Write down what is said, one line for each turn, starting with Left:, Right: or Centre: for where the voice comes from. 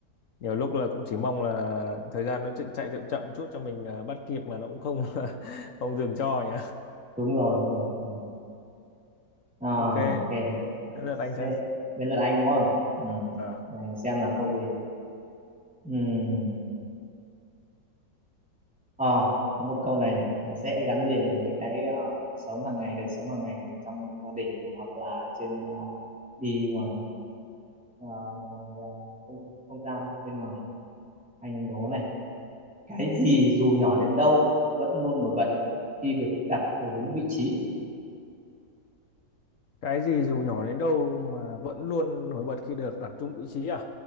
Left: nhiều lúc là cũng chỉ mong là thời gian nó chạy, chạy chậm chậm chút cho mình à, bắt kịp mà nó cũng không <laughs> không dừng cho nhỉ
Centre: đúng rồi, đúng rồi. Đúng rồi. À,
Left: ok
Centre: ok.
Left: đến lượt anh xem
Centre: Thế, đến lượt anh đúng không? Ừ.
Left: Ờ.
Centre: Để anh xem là câu gì Ừm. Ờ, có một câu này này nó sẽ gắn liền với cái ờ, cuộc sống hàng ngày đời sống hàng ngày trong gia đình hoặc là trên ờ, đi ngoài ờ, ngoài ờ, không không gian bên ngoài anh đố này cái gì dù nhỏ đến đâu vẫn luôn nổi bật khi được đặt ở đúng vị trí
Left: cái gì dù nhỏ đến đâu mà vẫn luôn nổi bật khi được đặt chung vị trí à